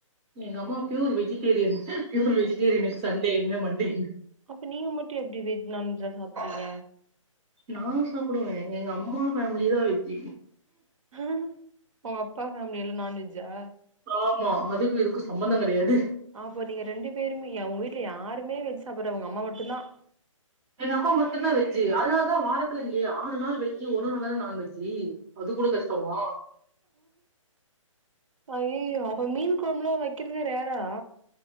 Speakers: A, on the right; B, on the right.
A: எங்கம்மா ப்யூர் வெஜிடேரியன் ப்யுர் வெஜிடேரியனுக்கு சண்டே என்ன மண்டே என்ன
B: அப்ப நீங்க மட்டு எப்டி வெஜ் நான்வெஜ்ல்லா சாப்பிறீங்க
A: நா சாப்புடுவே எங்கம்மா ஃபேமிலி தா வெஜ்ஜு
B: அ உங்கப்பா ஃபேமிலில்லா நான்வெஜ்ஜா
A: ஆமா அதுக்கு இதுக்கு சம்பந்த கெடையாது
B: அப்போ நீங்க ரெண்டு பேருமே உங்கீட்ல யாருமே வெஜ் சாப்பல உங்கம்மா மட்டுந்தா
A: எங்கம்மா மட்டுந்தா வெஜ்ஜி அதனால தா வாரத்துல ஆறு நாள் வெஜ்ஜி ஒரு நாள் தான நான் வெஜ்ஜி அது கூட கஷ்டமா
B: அய்யோ அப்ப மீன் கொழம்புலா வைக்கிறது ரேரா